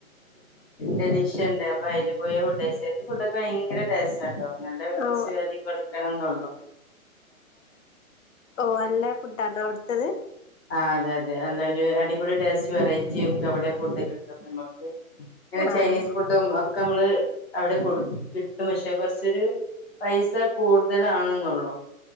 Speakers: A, on the left (about 45°); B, on the left (about 60°).
A: ഡെലീഷ്യണ്ട് അപ്പൊഅയില് പോയി ഫുഡ്ഡയിച്ചെ അയിത്തെ ഫുഡ്ഡൊക്കെ ഭയങ്കരടേസ്റ്റാ നല്ല
B: ഓ
A: കുറച്ച് <unintelligible> കൊടുക്കാനൊന്നേ ഉള്ളൂ
B: ഓന ല്ലഫുഡ്ഡാണൊഅവ്ട്ത്തത്?
A: ആഹ് അതെഅതെ നല്ലോര് അടിപൊളിടേസ്റ്റ് വെറൈറ്റിയൊക്കെ അവ്ടെ ഫുഡ്ഡ്കിട്ടുംനമ്മൾക്ക് ഇങ്ങനെചൈനീസ്ഫുഡും
B: ആ ആ
A: ഒക്കെഅമ്മള് അവിടെകൊട് കിട്ടുംപഷെ കൊറ്ച്ചര് പൈസ കൂട്തലാണ്ന്നൊള്ളു